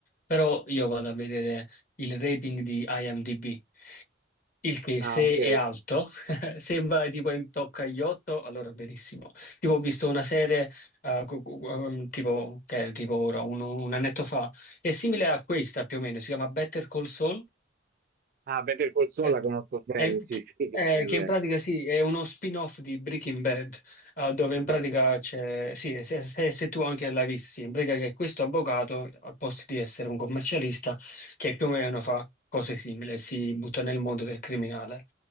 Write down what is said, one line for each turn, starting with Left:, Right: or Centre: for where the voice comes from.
Left: però io vado a vedere il rating di IMDb. Il che,
Right: Ah,
Left: se
Right: ok.
Left: è alto, <laughs> sembra tipo in tocca agli 8, allora benissimo. Tipo, ho visto una serie, eh, cu- cu- um, tipo, che è tipo ora, un, un annetto fa, è simile a questa più o meno, si chiama Better Call Saul,
Right: Ah, Better Call Saul
Left: eh,
Right: la conosco bene,
Left: è-
Right: sì, sì, <laughs> eh,
Left: eh,
Right: beh,
Left: che in pratica sì, è uno spin-off di Breaking Bad, eh, dove
Right: esatto.
Left: in pratica c'è, sì, se, se- se tu anche l'hai visto, sì, in pratica che questo avvocato, al posto di essere un commercialista, che più o meno fa cose simili, si butta nel mondo del criminale.